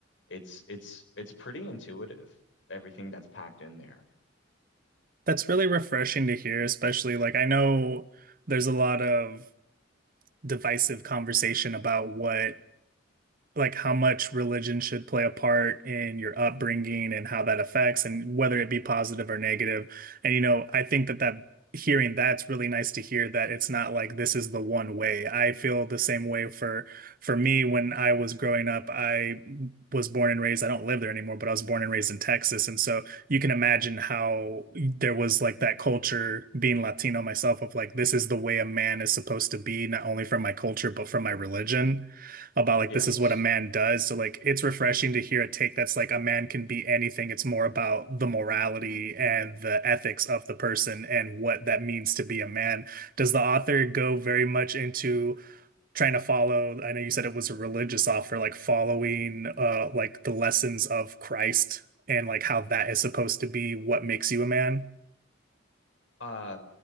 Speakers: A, on the left (about 75°); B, on the right (about 45°).
A: It's it's it's pretty intuitive, everything that's packed in there.
B: that's really refreshing to hear, especially like I know there's a lot of divisive conversation about what like how much religion should play a part in your upbringing and how that affects and whether it be positive or negative. And you know, I think that that hearing that's really nice to hear that it's not like this is the one way. I feel the same way for for me when I was growing up. I was born and raised, I don't live there anymore, but I was born and raised in Texas. And so you can imagine how there was like that culture being Latino myself of like this is the way a man is supposed to be, not only from my culture, but from my religion about like
A: Yes.
B: this is what a man does. So like it's refreshing to hear a take that's like a man can be anything. It's more about the morality and the ethics of the person and what that means to be a man. Does the author go very much into trying to follow, I know you said it was a religious offer, like following uh like the lessons of Christ and like how that is supposed to be what makes you a man?
A: Uh